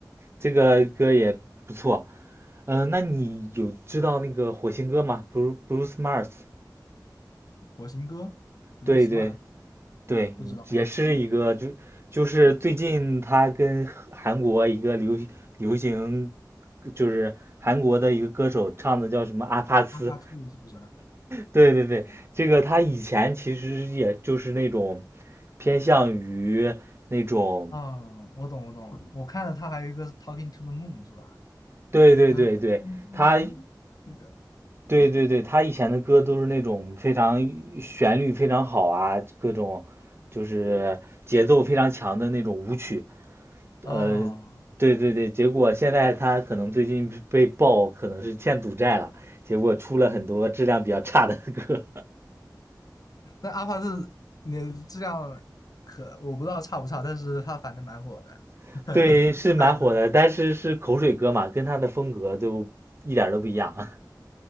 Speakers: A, on the right (about 35°); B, on the left (about 55°).
A: 这个歌也不错，嗯，那你有知道那个火星哥吗？Bru c e Bruce Mars，
B: 火星哥 Blue
A: 对对
B: Smart
A: 对，
B: 不知道哎，
A: 也是一个就就是最近他跟韩国一个流流行就是韩国的一个歌手唱的叫什么阿帕斯，
B: 阿帕兔是不是？
A: 对对对，这个他以前其实也就是那种偏向于那种，
B: 嗯，我懂，我懂。我看了他还有一个 Talking to the Moon 是吧？
A: 对对对对，
B: 啊，Talking to
A: 他
B: the Moon 那个
A: 对对对，他以前的歌都是那种非常旋律非常好啊，各种就是节奏非常强的那种舞曲。
B: 哦，
A: 呃，对对对，结果现在他可能最近被爆可能是欠赌债了，结果出了很多质量比较差的歌。
B: 那阿帕是那质量可我不知道差不差，但是他反正蛮火的，
A: <laughs> 对，
B: <laughs>
A: 是蛮火的，
B: 他很火。
A: 但是是口水歌嘛，跟他的风格都一点儿都不一样啊。